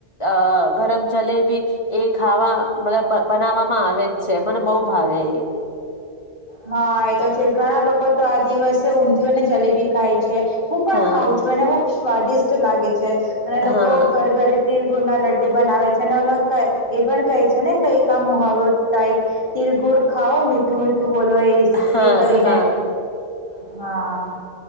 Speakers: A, on the left; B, on the left.
A: અ ગરમ જલેબી એ ખાવા મતલબ બનાવવામાં આવે જ છે મને બહુ ભાવે
B: હા એ તો છે ઘણા લોકો તો આ દિવસે ઊંધિયું અને જલેબી ખાય છે હું પણ
A: હા
B: ખાવઉ છું અને સ્વાદિષ્ટ લાગે છે અને લોકો
A: હા
B: ઘર ઘરે તલ ગુળ ના લડ્ડુ બનાવે છે અને ઓલ એ પણ કહે છે ને કઈ આમ મુહાવરો ટાઈપ તિલ ગુડ ખાઓ મીઠ તો ું બોલો એ
A: હા
B: કરીને
A: હા
B: હા